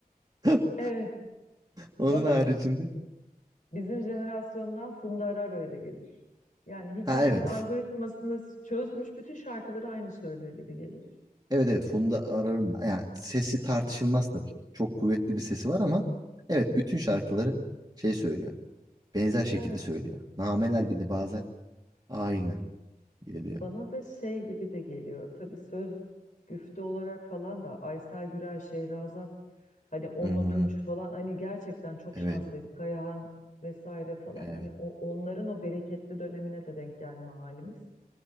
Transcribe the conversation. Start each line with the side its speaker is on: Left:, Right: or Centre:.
Right: <laughs>
Left: evet.
Right: Onun
Left: Bana
Right: haricinde.
Left: bizim jenerasyondan Funda Arar öyle gelir. Yani hikayenin
Right: Ha evet.
Left: algoritmasını çözmüş, bütün şarkıları aynı söylüyor gibi gelir.
Right: Evet evet Funda Arar'ın yani sesi tartışılmaz tabii ki. Çok kuvvetli bir sesi var ama evet bütün şarkıları şey söylüyor. Benzer şekilde
Left: Evet.
Right: söylüyor. Nameler bile bazen aynı geliyor.
Left: Bana da şey gibi de geliyor. Tabii söz güfte olarak falan da Aysel Gürel, Şehrazat, hani Onno
Right: Hmm,
Left: Tunç falan hani gerçekten çok
Right: evet
Left: şanslıydı. Kayahan vesaire falan
Right: evet.
Left: hani o- onların o bereketli dönemine de denk gelme halimiz.